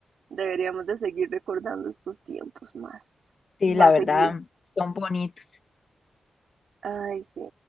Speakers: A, on the right; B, on the left.
A: Deberíamos de seguir recordando estos tiempos más,
B: Sí,
A: más
B: la verdad,
A: seguido.
B: son bonitos.
A: Ay, sí.